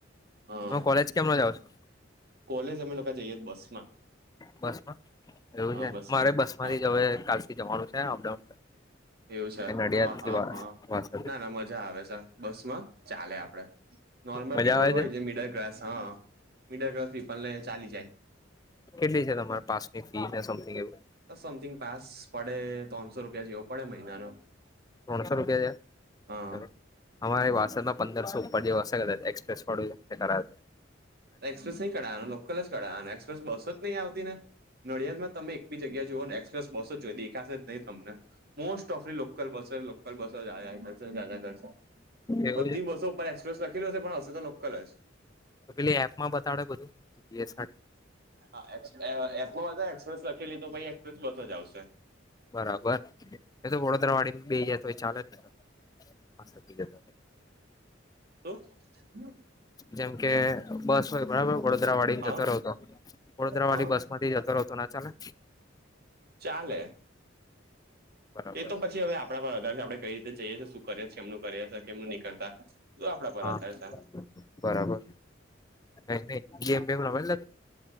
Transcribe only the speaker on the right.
હા
કોલેજ અમે લોકો જઈએ બસ માં.
હા
બસમાં
હા
એવું છે
હા હા
હા
ના ના મજા આવે છે બસમાં ચાલે આપડે. નોર્મલ
પીપલ
હોય
જે મિડલ ક્લાસ હા મિડલ ક્લાસ પીપલ ને ચાલી જાય.
સમથિંગ પાસ પડે ત્રણસો રૂપિયા જેવો પડે મહિનાનો.
હા
એક્સપ્રેસ નહીં કરઢાવવાનું લોકલ જ કરઢાવવાનું એક્સપ્રેસ બસો જ નહી આવતી ને નડિયાદમાં તમે બી જગ્યા જુઓ ને એક્સપ્રેસ બસ જ જો દેખાશે નં તમને. Most of the local bus local bus કર
બધી
બસો ઉપર એક્સપ્રેસ લખેલી હશે પણ હશે તો લોકલ જ
હા એટલો બધા એક્સપ્રેસ લખેલી તો પછાઈ એક્સપ્રેસ જ આવશે
હમ <inaudible>
હા
હા
ચાલે
એ તો પછી હવે આપડા પર વધારે આપડે કઈ રી જઈએ છે શું કરે છે એમ કરીએ કેમનું નહી કરતા શ આપડા પર
હતા